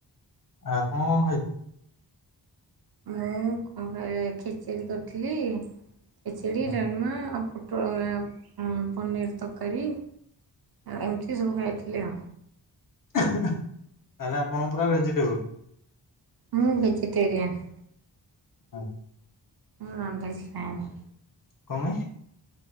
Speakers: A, on the left (about 50°); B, on the right (about 60°).
A: ଆପଣ କଣ ଖାଇଲେ?
B: ମୁଁ କଣ କ ଖେଚେଡ଼ି କରିଥିଲି ଖେଚେଡ଼ି,
A: ହୁଁ,
B: ଡାଲମା ଆଉ ପୋଟଳ ଅ ଉମ୍ ପନିର୍ ତରକାରୀ, ଏମିତି ସବୁ ଖାଇଥିଲି ଆଉ।
A: ତାହେଲେ ଆପଣଙ୍କ ପୁରା ଭେଜିଟେବୁଲ୍।
B: ମୁଁ ଭେଜଜିଟେରିୟନ୍।
A: ଆ
B: ମୁଁ ନନ୍ ଭେଜ୍ ଖାଏନି।
A: କଣ ପାଇଁ?